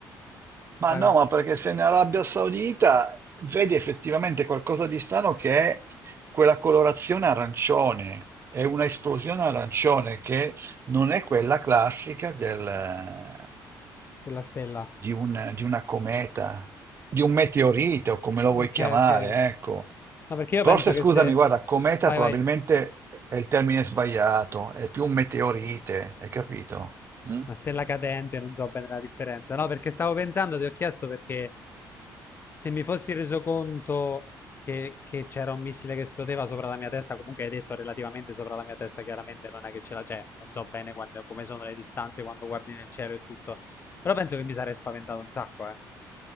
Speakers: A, on the right; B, on the left.
A: Ma
B: Vai,
A: no,
B: vai,
A: ma perché se in Arabia Saudita vedi effettivamente qualcosa di strano che è quella colorazione arancione, è una esplosione arancione che non è quella classica del-
B: della stella.
A: di un- di una cometa, di un meteorite o come lo vuoi
B: Ok,
A: chiamare,
B: ok.
A: ecco.
B: No, perché io
A: Forse,
B: penso che
A: scusami,
B: se...
A: guarda, cometa
B: Vai,
A: probabilmente
B: vai.
A: è il termine sbagliato, è più un meteorite, hai capito? Mm?
B: Una stella cadente, non so bene la differenza. No, perché stavo pensando, ti ho chiesto perché se mi fossi reso conto che, che c'era un missile che esplodeva sopra la mia testa, comunque hai detto relativamente sopra la mia testa, chiaramente non è che ce la c'è, non so bene quando- come sono le distanze quando guardi nel cielo e tutto, però penso che mi sarei spaventato un sacco, eh.